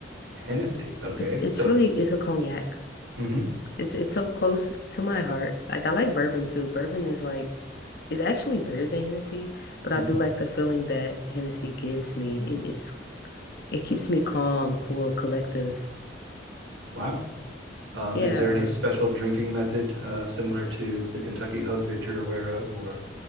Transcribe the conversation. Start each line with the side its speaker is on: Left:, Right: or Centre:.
Right: Hennessy. Okay.
Left: It's it's
Right: So,
Left: really it's a cognac.
Right: hmm
Left: It's it's so close to my heart. Like I like bourbon too. Bourbon is like is actually better than Hennessy, but I
Right: hmm
Left: do like the feeling that Hennessy gives me. It, it's It keeps me calm, cool, collective.
Right: Wow. Um,
Left: Yeah.
Right: is there any special drinking method uh similar to the Kentucky Hug that you're aware of, or